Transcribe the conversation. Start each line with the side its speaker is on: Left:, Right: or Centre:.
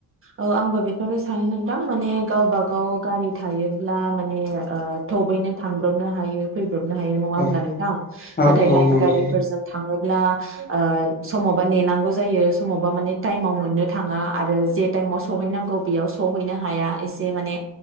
Right: औ आंबो बेखौनो सानो नोंथां माने गावबागाव गारि थायोब्ला माने ओ थबैनो थांब्रबनो हायो फैब्रब नो हायो नोंथां।
Left: औ औ
Right: नाथाय
Left: औ
Right: लायेन
Left: नंगौ
Right: हारिफोरजों थाङो ब्ला ओ समावबाेनांगौ जायो समावबा माने टायेमाव मो नो थाङा आरो जे टाइमाव सौहैनांगौ बेयाव सहैनो हाया। एसे माने